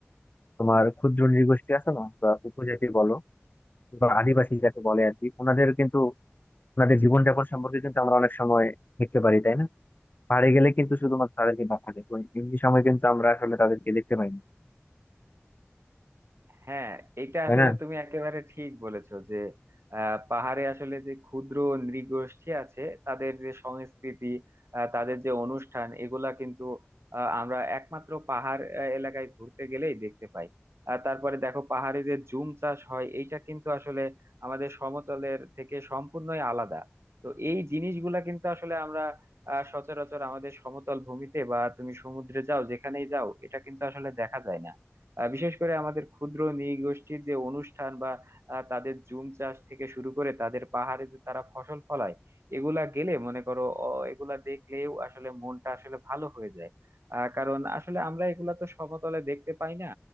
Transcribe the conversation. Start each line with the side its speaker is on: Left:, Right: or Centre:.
Left: তোমার ক্ষুদ্র নৃগোষ্ঠী আছে না বা উপজাতি বলো বা আদিবাসী যাকে বলে আর কি ওনাদের কিন্তু ওনাদের জীবনযাপন সম্পর্কে কিন্তু আমরা অনেক সময় দেখতে পারি তাই না পাহাড়ে গেলে কিন্তু শুধুমাত্র তাদেরকে দেখা যায় ওই এমনি সময় কিন্তু আমরা আসলে তাদেরকে দেখতে পাই না
Right: হ্যাঁ এটা
Left: তাই
Right: আসলে
Left: না
Right: তুমি একেবারে ঠিক বলেছো যে আহ, পাহাড়ে আসলে যে ক্ষুদ্র নৃগোষ্ঠী আছে তাদের যে সংস্কৃতি আহ, তাদের যে অনুষ্ঠান এগুলা কিন্তু আহ, আমরা একমাত্র পাহাড় আহ, এলাকায় ঘুরতে গেলেই দেখতে পাই আর তারপরে দেখো পাহাড়ে যে জুম চাষ হয় এইটা কিন্তু আসলে আমাদের সমতলের থেকে সম্পূর্ণই আলাদা তো এই জিনিসগুলা কিন্তু আসলে আমরা আহ, সচরাচর আমাদের সমতল ভূমিতে বা তুমি সমুদ্রে যাও যেখানেই যাও এটা কিন্তু আসলে দেখা যায় না আহ, বিশেষ করে আমাদের ক্ষুদ্র নৃগোষ্ঠীর যে অনুষ্ঠান বা আহ, তাদের জুম চাষ থেকে শুরু করে তাদের পাহাড়ে যে তারা ফসল ফলায় এগুলা গেলে মনে করো অ, এগুলা দেখলেও আসলে মনটা আসলে ভালো হয়ে যায় আহ, কারণ আসলে আমরা এগুলা তো সমতলে দেখতে পাই না